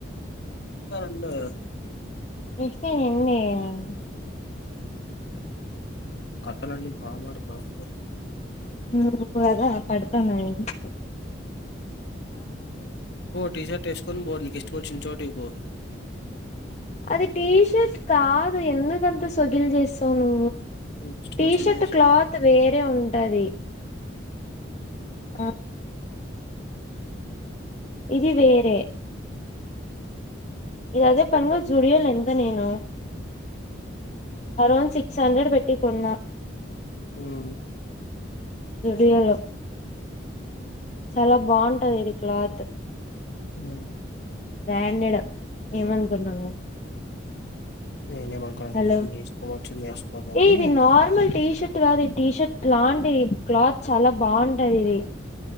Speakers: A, on the left; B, on the left.
A: సూపర్ ఉన్నది గాధ
B: ఇస్తే <unintelligible>
A: హ్ కథలన్నీ బాగా మాట్లాడుతావ్
B: నువ్వు గాదా పడతాను ఇంకా
A: పో టీ షర్ట్ ఏసుకొని పో నీకు ఇష్టం వచ్చినా చోటుకి పో
B: అది టీషర్ట్ కాదు ఎందుకంత సొగిల్ చేస్ స్తవు
A: నీకు ఇష్టం
B: టీషర్ట్
A: వచ్చింది
B: క్లాత్ వేరే ఉంటది. ఆ ఇది వేరే ఇదదే పనులు జూడియోలు ఎంత నేను హరోన్ సి సంకడి పెట్టి కొన్నా
A: హమ్
B: జూడియోలో చాలా బాగుంటది ఇది క్లాత్
A: అమ్
B: బ్రాండెడ్ ఏమనుకున్నావో
A: నేనేమనుకున్నానమ్మ
B: హలో
A: నీ ఇష్టం వచ్చింది వేసుకో గాని
B: ఏ ఇది నార్మల్ టీషర్ట్ కాదు టీషర్ట్ లాంటి క్లాత్ చాలా బాగుంది గుంటదిది